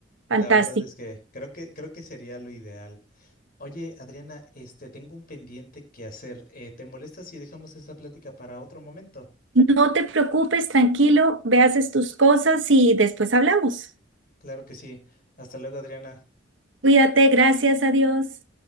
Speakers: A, on the right; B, on the left.
A: Fantástico.
B: La verdad es que creo que creo que sería lo ideal. Oye, Adriana, este, tengo un pendiente que hacer. Eh, ¿te molesta si dejamos esta plática para otro momento?
A: No te preocupes, tranquilo, ve, tus cosas y después hablamos.
B: Claro que sí. Hasta luego, Adriana.
A: Cuídate, gracias a Dios.